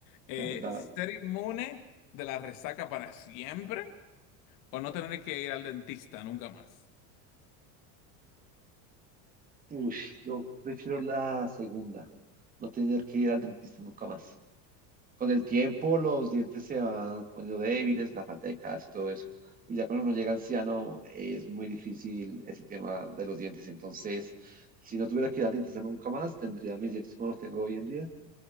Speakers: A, on the left (about 50°); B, on the right (about 20°).
A: Eh,
B: La verdad,
A: ¿ser inmune de la resaca para siempre o no tener que ir al dentista nunca más?
B: Sí. uy, yo prefiero la segunda, no tener que ir al dentista nunca más. Con el tiempo los dientes se van poniendo débiles, la falta de calcio y todo eso. Y ya cuando uno llega anciano es muy difícil ese tema de los dientes. Entonces, si no tuviera que ir al dentista nunca más, tendría mis dientes como los tengo hoy en día.